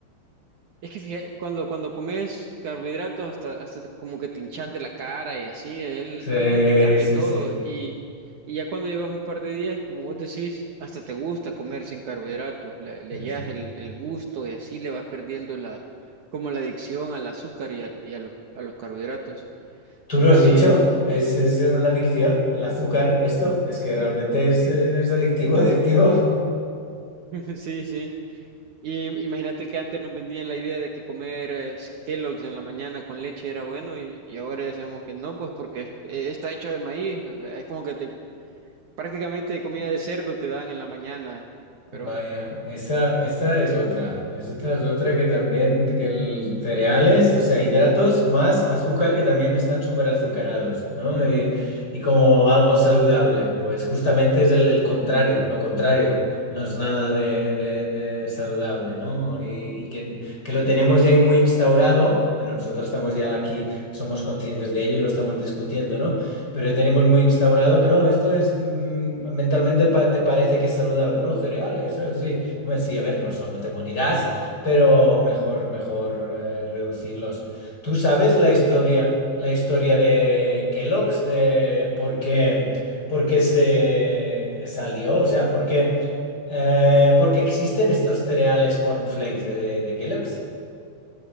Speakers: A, on the right; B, on the left.
A: Es que fija- cuando, cuando comes carbohidratos hasta, hasta te- como que te hinchas de la cara y así, él
B: Sí,
A: realmente cambia
B: sí,
A: todo.
B: sí.
A: Y, y ya cuando llevas un par de días, como vos decís, hasta te gusta comer sin carbohidratos, le, le
B: Ujú.
A: hallas el, el gusto y así le vas perdiendo la, como la adicción al azúcar y, al- y a los, a los carbohidratos.
B: Tú lo
A: A
B: has
A: mí,
B: dicho, es, es una adicción.
A: Ujú.
B: El azúcar, esto, es que realmente es, eh, es adictivo, <laughs> adictivo.
A: <laughs> sí, sí. Y imagínate que antes nos vendían la idea de que comer eh, Kellogg's en la mañana con leche era bueno y, y ahora ya sabemos que no, pues porque es- eh, está hecho de maíz, o sea, es como que te- prácticamente comida de cerdo te dan en la mañana, pero
B: Vaya,
A: eh,
B: esta, esta es otra. Esta es otra que también, que el cereales, o sea, hidratos más azúcar que también están súper azucarados, ¿no? Y, y como algo saludable, pues justamente es el, el contrario, lo contrario. No es nada de, de- de saludable, ¿no? Y, y que, que lo tenemos ya ahí muy instaurado. Bueno, nosotros estamos ya aquí, somos conscientes de ello y lo estamos discutiendo, ¿no? Pero ya tenemos muy instaurado que no, esto es mm, mentalmente pa- te parece que es saludable, ¿no? Cereales, eh, sí. Hombre, sí, a ver, no son, no te morirás, pero mejor, mejor eh, reducirlos. ¿Tú sabes la historia, la historia de Kellogg's, de por qué, por qué se salió? O sea, ¿por qué, eh, por qué existen estos cereales cornflakes de, de, Kellogg's?